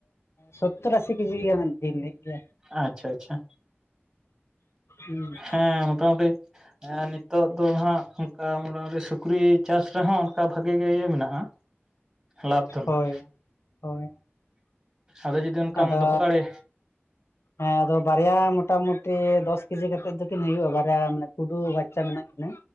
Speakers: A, on the left; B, on the right.
A: ᱥᱚᱛ ᱟᱥᱤ ᱠᱤᱡᱤ ᱜᱟᱱ ᱡᱤᱞ ᱞᱮᱫ ᱜᱮᱭᱟᱭ
B: ᱟᱪᱪᱷᱟ ᱟᱪᱪᱷᱟ
A: ᱦᱩᱸ
B: ᱦᱮᱸ ᱢᱚᱴᱟ ᱢᱩᱴᱤ ᱦᱮᱸ ᱱᱤᱛᱚᱜ ᱫᱚ ᱦᱟᱸᱜ ᱚᱱᱠᱟ ᱢᱚᱴᱟ ᱢᱩᱴᱤ ᱥᱩᱠᱨᱤ ᱪᱟᱥ ᱨᱮᱦᱚᱸ ᱚᱱᱠᱟ ᱵᱷᱟᱜᱮ ᱜᱮ ᱤᱭᱟᱹ ᱢᱮᱱᱟᱜ-ᱟ ᱞᱟᱵᱽ ᱫᱚ
A: ᱦᱳᱭ
B: ᱦᱟᱜ
A: ᱦᱳᱭ
B: ᱟᱫᱚ ᱡᱩᱫᱤ ᱚᱱᱠᱟᱢ
A: ᱟᱫᱚ
B: ᱫᱚᱦᱚ ᱫᱟᱲᱮ
A: ᱦᱮᱸ ᱟᱫᱚ ᱵᱟᱨᱭᱟ ᱢᱚᱴᱟ ᱢᱩᱴᱤ ᱴᱤ ᱫᱚᱥ ᱠᱮᱡᱤ ᱠᱟᱛᱮᱫ ᱫᱚ ᱠᱤᱱ ᱦᱩᱭᱩᱜ-ᱟ ᱵᱟᱨᱭᱟ ᱢᱟᱱᱮ ᱠᱩᱰᱩ ᱵᱟᱪᱪᱟ ᱢᱮᱱᱟᱜ ᱠᱤᱱᱟᱹ